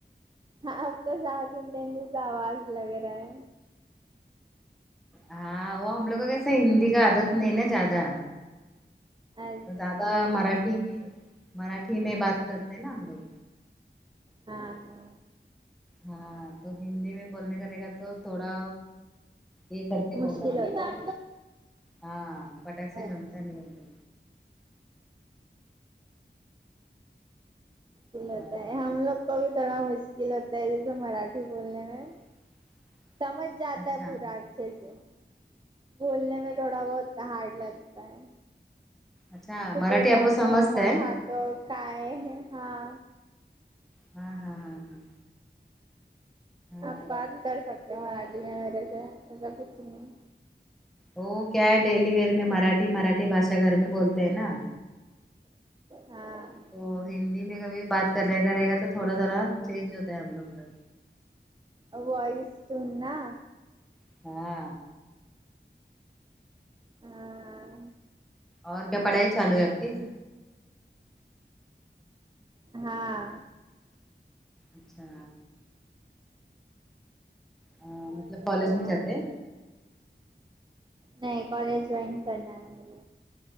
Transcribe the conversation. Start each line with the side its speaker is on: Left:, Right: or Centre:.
Right: آپ کا ساؤتھ انڈین جیسا آواز لگ رہا ہے
Centre: ہاں وہ ہم لوگ کا کیسے ہندی کا عادت نہیں ہے نا زیادہ
Right: اچھا
Centre: زیادہ مراٹھی مراٹھی میں بات کرتے ہیں نا ہم لوگ
Right: ہاں ہاں
Centre: ہاں تو ہندی میں بولنے کا رہے گا تو تھوڑا یہ کر کے
Right: مشکل
Centre: بولنا پڑتا
Right: ہوتا
Centre: ہے ان ہاں پٹخ سے جمتا
Right: اچھا
Centre: نہیں اور
Right: مشکل ہوتا
Centre: ہاں
Right: ہے ہم لوگ کو بھی تھوڑا مشکل ہوتا ہے جیسے مراٹھی بولنے میں
Centre: <inaudible>
Right: سمجھ جاتا
Centre: اچھا
Right: ہے پورا اچھے سے بھولنے میں تھوڑا بہت ہارڈ لگتا ہے
Centre: اچھا
Right: پھر
Centre: مراٹھی
Right: بے زا
Centre: آپ کو سمجھتے
Right: تو کیا
Centre: ہے
Right: کھاتے ہو کیا ہے ہاں
Centre: ہاں ہاں ہاں ہاں
Right: آپ
Centre: ہاں
Right: بات کر سکتے ہو مراٹھی میں میرے سے ایسا کچھ نہیں
Centre: وہ کیا ہے ڈیلی ویئر میں مراٹھی مراٹھی بھاشا گھر میں بولتے ہیں نا
Right: ہاں
Centre: وہ ہندی میں کبھی بات سنے کرے گا تو تھوڑا ذرا چینج ہوتا ہے ہم لوگ کا
Right: آ وائس ٹون نہ
Centre: <inaudible>
Right: ہاں
Centre: اور کیا پڑھائی چالو ہے آپ کی
Right: ہاں
Centre: اچھا آ
Right: اور
Centre: مطلب
Right: بتاؤ
Centre: کالج میں جاتے
Right: آپ نہیں کالج جائین کرنا ہے مجھے